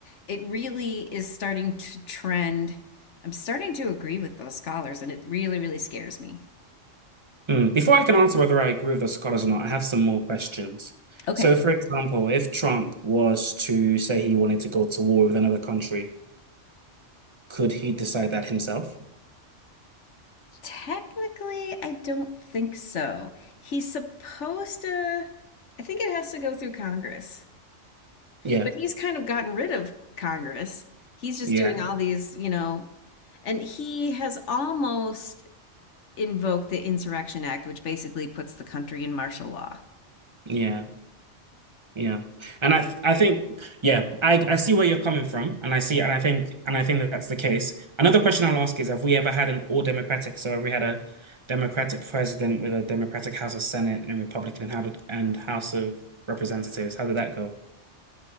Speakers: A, on the left; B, on the right.
A: it really is starting to trend I'm starting to agree with those scholars, and it really, really scares me.
B: Hmm. Before I can answer whether I agree with the scholars or not, I have some more questions.
A: Okay.
B: So, for example, if Trump was to say he wanted to go to war with another country, could he decide that himself?
A: Technically, I don't think so. He's supposed to, I think it has to go through Congress,
B: Yeah,
A: but he's kind of gotten rid of Congress. He's just
B: yeah,
A: doing all these, you know, and he has almost invoke the Insurrection Act, which basically puts the country in martial law.
B: yeah. Yeah. And I th I think yeah, I I see where you're coming from and I see and I think and I think that that's the case. Another question I'll ask is have we ever had an all democratic so have we had a democratic president with a democratic House of Senate and Republican and how did, and House of Representatives? How did that go?